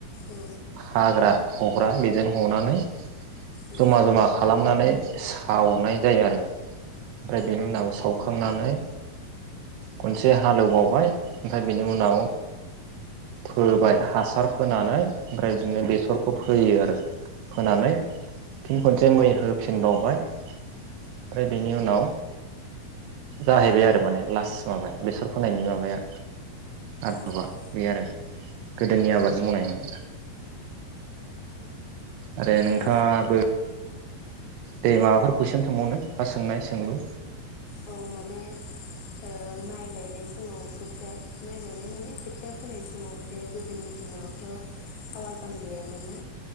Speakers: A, on the left; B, on the right.
A: औ
B: हाग्रा हग्रा बेजों हनानै।
A: उम औ उम औ
B: जमा जमा खालामनानै सावनाय जायो आरो, ओमफ्राय बेनि उनाव सावखांनानै खनसे हालेवबावबाय, ओमफ्राय बेनि उनाव फोबाय हासार फोनानै ओमफ्राय बिदिनो बेसरखौ फोयो आरो। फोनानै फिन खनसे मैहो फिनबावबाय ओमफ्राय बेनि उनाव जाहैबाय आरो माने लास्ट माबाया बेसर फोनायनि माबाया आदबा
A: औ
B: बे आरो गोदोनि आबाद। <unintelligible> आरो नोंथाङाबो
A: औ
B: दे माबाफोर कुइसन सोंबावनो बा सोंनाय सोंलु
A: ओ औ माने ओ माइ गायनाय समाव खोथिया माइ गायनाय माने खोथिया फोनाय समाव दे गोदोनि दिनावथ' पावार पाम्प गैयामोन ना?